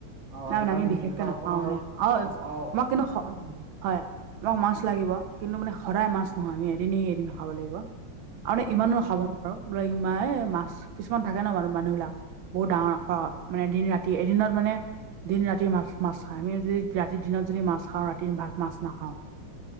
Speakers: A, on the right (about 40°); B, on the right (about 85°).
A: আৰু
B: নাই
A: আজিকালি
B: মানে আমি বিশেষকে
A: যিহে
B: নাখাওঁ
A: আপোনাৰ
B: মানে আৰু
A: অব অ',
B: মই কিন্তু
A: উম,
B: হয়, আমাক মাছ লাগিব কিন্তু মানে সদাই মাছ নহয় আমি এদিন এৰি এদিন খাব লাগিব। আৰু
A: হয়,
B: ন ইমানো
A: হয়,
B: খাব আৰু বোলে ইমান এই মাছ কিছুমান থাকে ন, বাৰু মানুহ বিলাক বহুত ডাঙৰ মানে দিন ৰা তি এদিনত মানে দিন ৰাতি মাছ মাছ খাও আমি যদি ৰাতি দিনত যদি মাছ খাওঁ ৰাতি মাছ নাখাওঁ।